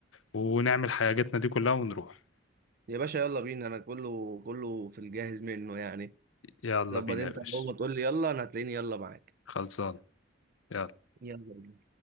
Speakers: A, on the left; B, on the right.
A: ونعمل حاجاتنا دي كلها ونروح
B: يا باشا يلا بينا انا كله كله في الجاهز منه يعني
A: يلا
B: ظبط
A: بينا
B: انت
A: يا باشا
B: اول ما تقول لي يلا انا هتلاقيني يلا معاك
A: خلصان يلا
B: يلا بينا